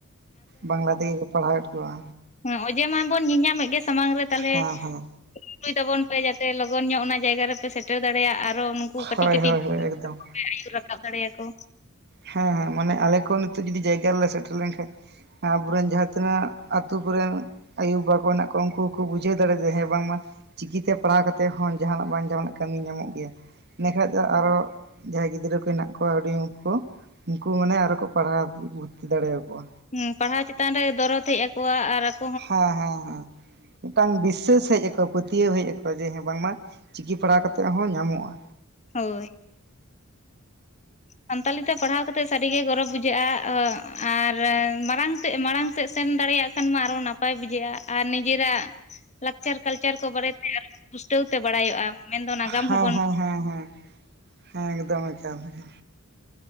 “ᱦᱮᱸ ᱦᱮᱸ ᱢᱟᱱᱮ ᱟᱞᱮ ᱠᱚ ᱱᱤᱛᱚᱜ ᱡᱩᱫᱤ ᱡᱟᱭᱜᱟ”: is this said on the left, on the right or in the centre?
Right